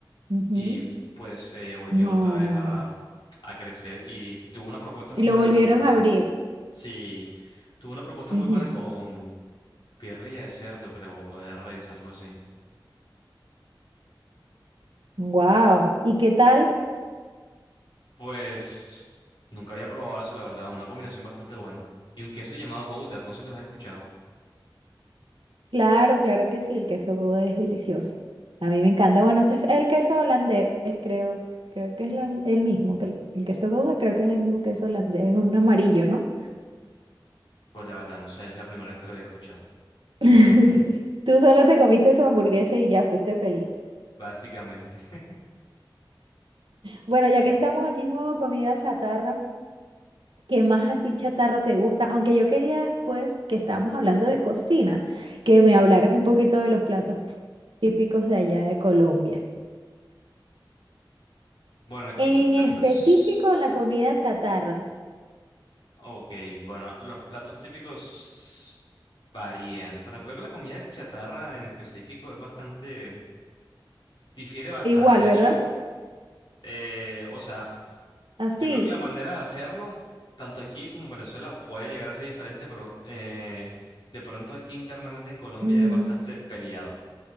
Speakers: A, on the right; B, on the left.
A: Ujú.
B: y pues eh, volvió
A: No.
B: otra vez a, a crecer y tuvo una propuesta muy
A: Y lo
B: buena
A: volvieron
B: con...
A: a abrir.
B: Sí, tuvo una propuesta
A: Ujú.
B: muy buena con birria de cerdo creo o de res, algo así.
A: Wow. ¿Y qué tal?
B: Pues nunca había probado eso, la verdad, una combinación bastante buena. Y un queso llamado Gouda, no sé si los has escuchado.
A: Claro, claro que sí, el queso Gouda es delicioso. A mí me encanta. Bueno, ese es el queso holandés, creo. Creo que es lo- el mismo que el, el queso Gouda, creo que es el mismo queso holandés, es un amarillo, ¿no?
B: Pues la verdad, no sé, es la primera vez que lo había escuchado,
A: <laughs> Tú solo te comiste tu hamburguesa y ya fuiste feliz.
B: básicamente. <laughs>
A: Bueno, ya que estamos aquí en modo comida chatarra, ¿qué más así chatarra te gusta? Aunque yo quería después que estábamos hablando de cocina, que me hablaras un poquito de los platos típicos de allá de Colombia.
B: Bueno, aquí
A: En
B: los platos...
A: específico, la comida chatarra.
B: Ok, bueno, los platos típicos varían, pero creo que la comida chatarra en específico es bastante... difiere bastante,
A: Igual,
B: de
A: ¿verdad?
B: hecho. Eh, o sea,
A: Así.
B: yo creo que la manera de hacerlo, tanto aquí como en Venezuela, puede llegar a ser diferente, pero eh, de pronto aquí internamente en Colombia
A: mm,
B: es bastante peleado,